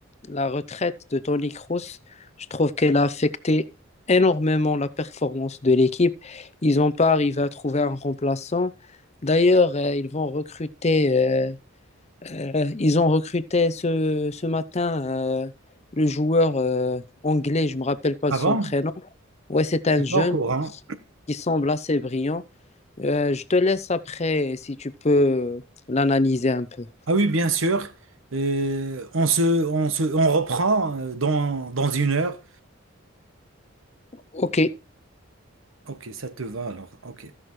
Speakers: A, on the left; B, on the right.
A: la retraite de Toni Kroos, je trouve qu'elle a affecté énormément la performance de l'équipe. Ils n'ont pas arrivé à trouver un remplaçant. D'ailleurs, euh, ils vont recruter, euh, euh, ils ont recruté ce, ce matin euh, le joueur euh, anglais, je ne me rappelle pas
B: Avant,
A: de son prénom. Ouais, c'est un
B: je suis
A: jeune.
B: pas au courant.
A: qui semble assez brillant. Euh, je te laisse après si tu peux l'analyser un peu.
B: Ah oui, bien sûr. Euh, on se, on se, on reprend euh, dans, dans une heure.
A: Ok,
B: Ok, ça te va alors. Ok.